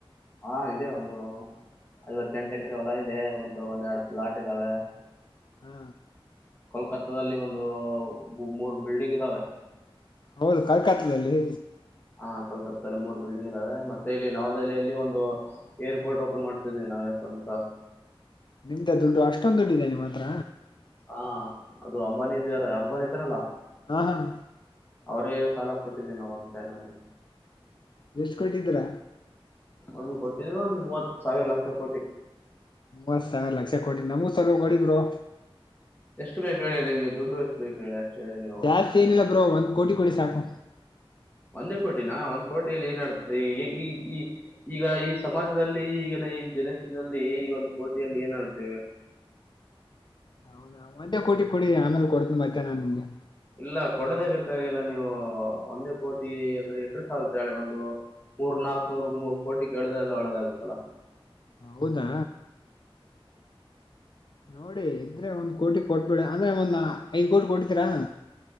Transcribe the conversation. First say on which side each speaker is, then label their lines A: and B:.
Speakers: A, on the left; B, on the left.
A: ಹಾ ಇದೆ ಒಂದು ಐವತ್ತೆಂಟು ಎಕರೆ ಹೊಲ ಇದೆ ಒಂತ ಒಂದ್ ಎರಡು ಪ್ಲಾಟ್ ಇದ್ದಾವೆ.
B: ಹಾ.
A: ಕೋಲ್ಕತ್ತಲ್ಲಿ ಒಂದು ಮೂರು ಬಿಲ್ಡಿಂಗ್ ಇದ್ದಾವೆ
B: ಹೌದು ಕಲ್ಕತ್ತಲ್ಲಿ
A: ಹಾ ಕಲ್ಕತ್ತಲ್ಲಿ ಮೂರ್ ಬಿಲ್ಡಿಂಗ್ ಇದಾವೆ ಮತ್ತೆ ಇಲ್ಲಿ ನವದೆಹಿಯಲ್ಲಿ ಒಂದು ಏರ್ಪೋರ್ಟ್ ಓಪನ್ ಮಾಡ್ತಿದೀವಿ ನಾವೇ ಅಂತ
B: ನಿಮ್ದೆ ದುಡ್ಡು ಅಷ್ಟೊಂದು ದುಡ್ಡುದೆ ನಿಮ್ಮ ಮಾತ್ರ
A: ಹಾ ಅದು ಅಂಬಾನಿ ಇದವಾರ ಅಂಬಾನಿ ಇದಾರಲ್ಲ
B: ಹಾ ಹ್ಮ
A: ಅವರ ಸಾಲ ಕೊಟ್ಟಿದ್ದೀ ನಾ ಅಂತಮೇಲೆ
B: ಎಷ್ಟು ಕೊಟ್ಟಿದ್ದೀರ
A: ಒಂದು ಕೊೋಟ್ಟಿದ ಒಂದು ಮೂವತ್ ಸಾವಿರ ಲಕ್ಷ ಕೋಟಿ
B: ಬಸ್ ಸಾವ ಲಕ್ಷ ಕೊಡಿ ನಮೂ ಸಲ ಕೊಡಿದರು
A: ಎಷ್ಟು ಬೇಕು ಹೇಳಿ ನಿಮ್ಗೆ ದುಡ್ಡು ಎಷ್ಟು ಬೇಕು ಹೇಳಿ ಅಷ್ಟು ಹೇಳಿ ನೀವು
B: ಜಾಸ್ತಿ ಏನಿಲ್ಲ ಬ್ರೋ ಒಂದ್ ಕೋಟಿ ಕೊಡಿ ಸಾಕು
A: ಒಂದೇ ಕೋಟಿನ ಒಂದ್ ಕೋಟಿಲ್ಲಿ ಏನ್ಡ್ತದೆ ಈ ಈ ಈಗ ಈ ಸಮಾಜದಲ್ಲಿ ಈಗ ಈ ಜನತಿನಲ್ಲಿ ಈ ಒಂದು ಕೋಟಿಯಲ್ಲಿ ಏನ್ತೇವೆ
B: ಹೌದ ಮಂದೆ ಕೋಟಿ ಕೊಡಿ ಆಮೇಲೆ ಕೊಡ್ತ ಮರ್ತೇನೆ ನಾನ್ ನಿಮ್ಗೆ
A: ಇಲ್ಲ ಕೊಡದೇ ಬೇಕಾಗಿಲ್ಲ ನೀವು ಒಂದೇ ಕೋಟಿ ಅಂದ್ರೆ ಎಕಡು ಸಾಗುತ್ತಾಳೆ ಒಂದು ಮೂರ್ ನಾಕು ನೂರ್ ಮೂರು ಕೋಟಿ ಕೇಳ್ದ್ರೆಲ್ಲ ಒಳ್ಳೆದಾಗತ್ತಲ್ಲ
B: ಹೌದಾ ನೋಡಿ ಇದ್ರೆ ಒಂದ್ ಕೋಟಿ ಕೊಟ್ಬಿಡ ಅಂದ್ರೆ ಒಂದ್ ಐದ್ ಕೋಟಿ ಕೊಟ್ಟತೀರಾ